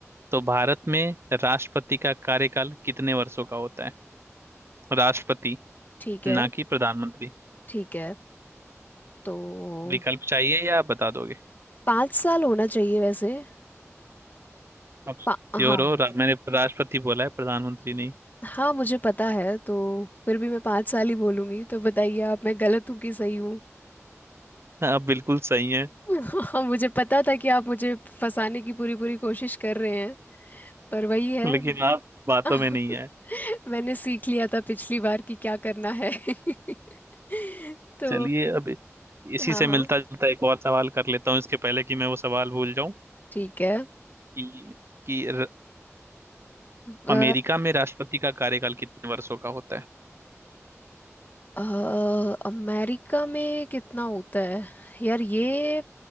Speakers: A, on the right; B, on the left.
A: तो भारत में राष्ट्रपति का कार्यकाल कितने वर्षों का होता है राष्ट्रपति
B: ठीक है
A: ना कि प्रधानमंत्री
B: ठीक है तो
A: विकल्प चाहिए या आप बता दोगे
B: पाँच साल होना चाहिए वैसे आ,
A: आप श्योर
B: पा, हाँ
A: हो रा- मैंने राष्ट्रपति बोला है प्रधानमंत्री नहीं
B: हाँ मुझे पता है तो फिर भी मैं पाँच साल ही बोलूंगी तो बताइए आप मैं गलत हूँ कि सही हूँ
A: आप बिल्कुल सही हैं
B: <laughs> मुझे पता था कि आप मुझे फंसाने की पूरी पूरी कोशिश कर रहे हैं पर वही है
A: लेकिन आप बातों
B: <laughs>
A: में नहीं आए
B: मैंने सीख लिया था पिछली बार कि क्या करना है <laughs> तो
A: चलिए अब इसी
B: हाँ
A: से
B: हाँ
A: मिलता जुलता एक और सवाल कर लेता हूँ इसके पहले कि मैं वो सवाल भूल जाऊं
B: ठीक है
A: कि कि र-
B: अ,
A: अमेरिका में राष्ट्रपति का कार्यकाल कितने वर्षों का होता है
B: अ, अमेरिका में कितना होता है यार ये